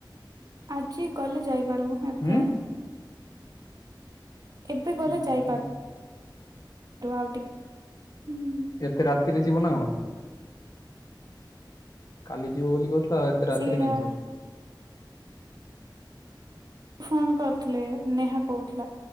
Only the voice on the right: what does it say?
ଆଜି ଗଲେ ଯାଇପାରୁ ଏବେ
ଏବେ ଗଲେ
ଯାଇପାରୁ
ଆଉ ଟିକେ ହୁଁ
ସେଇଟା
ଫୋନ କରିଥିଲେ ନେହା କହୁଥିଲା।